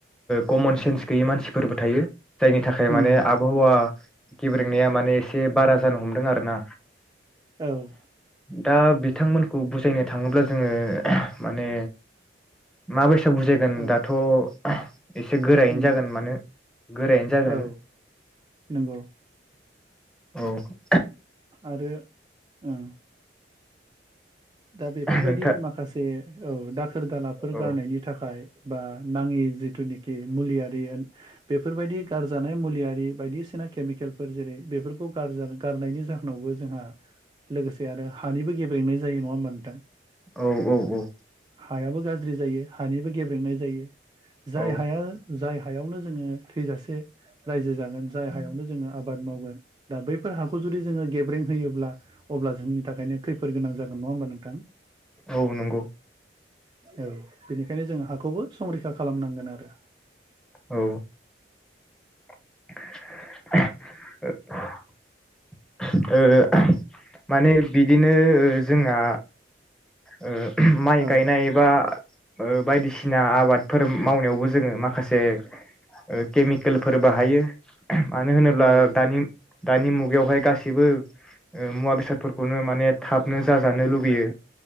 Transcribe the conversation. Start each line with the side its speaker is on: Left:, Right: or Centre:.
Centre: कमन सेन्स गैयि मानसिफोरबो थायो। जायनि थाखाय माने
Right: नंगौ
Centre: आबहावा गेब्रेंनाया माने एसे बारा जानो हमदों आरो ना
Right: औ
Centre: दा बिथांमोनखौ बुजाय नो थाङोब्ला जोङो माने मा बोस सो बुजायगोन
Right: औ
Centre: दाथ' <unintelligible> एसे गोरायैनो
Right: नंगौ
Centre: जागोन माने गोरायैनो जागोन
Right: औ नंगौ
Centre: औ
Right: आरो ओ दा बेफोरबायदि
Centre: नोंथां
Right: माखासे औ दाखोर दालाफोर
Centre: औ
Right: गारनायनि थाखाय बा नाङि जिथुनिखि मुलियारि होन बेफोरबायदि गारजानाय मुलियारि बायदिसिना केमिकेलफोर जेरै- बेफोरखौ गारनायनि जाहोनावबो जोंहा लोगोसे आरो हानिबो गेब्रेंनाय जायो। नङा होनबा नोंथां
Centre: औ औ औ
Right: हायाबो गाज्रि जायो। हानिबो गेब्लेंनाय जायो जाय
Centre: औ
Right: हाया जाय हायावनो जोङो थैजासे रायजो जागोन जाय हायावनो जोङो आबाद मावगोन दा बैफोर हाखौ जुदि जोङो गेब्रें होयोब्ला अब्ला जोंनि थाखायनो खैफोद गोनां जागोन। नङा होनबा नोंथा?
Centre: औ नंगौ।
Right: औ बेनिखायनो जों हाखौबो संरैखा खालामनांगोन आरो।
Centre: औ <unintelligible> ओ। माने बिदिनो जोंहा। ओ। माइ
Right: औ
Centre: गायनाय एबा। ओ बायदिसिना आबादफोर मावनायावबो जोङो माखासे ओ केमिकेलफोर बाहायो। मानो होनोब्ला
Right: औ
Centre: दानि। दानि मुगायावहाय गास सैबो ओ मुवा बेसादफोरखौनो माने थाबनो जाजानो लुुबैयो।